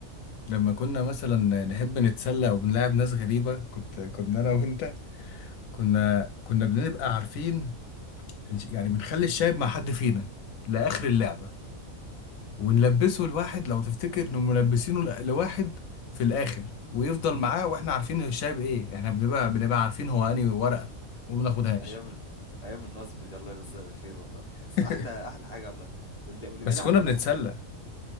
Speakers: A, on the left (about 75°); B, on the left (about 35°).
A: لما كنا مثلا نحب نتسلى او بنلاعب ناس غريبة كنت كنا انا وانت كنا كنا بنبقى عارفين يعني بنخلي الشايب مع حد فينا لاخر اللعبة ونلبسه الواحد لو تفتكر انه ملبسينه ل- لواحد في الاخر ويفضل معاه واحنا
B: آه،
A: عارفين الشايب ايه احنا بنبقى بنبقى عارفين هو انهي ورقة وما بناخدهاش
B: ايام ال- ايام النصب دي الله يمسها بالخير والله
A: <laughs>
B: بس احلى احلى حاجه والله واللي, واللي
A: بس
B: بيلعب
A: كنا
B: بيلعب
A: بنتسلى
B: ب... ب-